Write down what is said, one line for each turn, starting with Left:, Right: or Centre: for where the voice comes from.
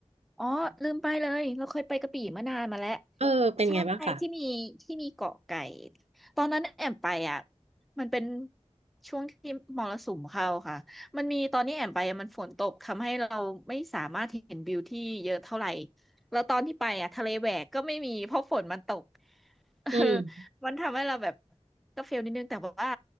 Centre: อ๋อลืมไปเลยเราเคยไปกระบี่มานานมาแล้ว
Right: เออเป็นไงบ้างคะ
Centre: ใช่ที่มีที่มีเกาะไก่ตอนนั้นแอมไปอ่ะมันเป็นช่วงที่มรสุมเข้าค่ะมันมีตอนนี้แอมไปอะมันฝนตกทำให้เราไม่สามารถเห็นวิวที่เยอะเท่าไหร่แล้วตอนที่ไปอ่ะทะเลแหวกก็ไม่มีเพราะฝนมันตก <laughs> เออ
Right: อืม
Centre: มันทำให้เราแบบก็เฟลนิดนึงแต่ว่า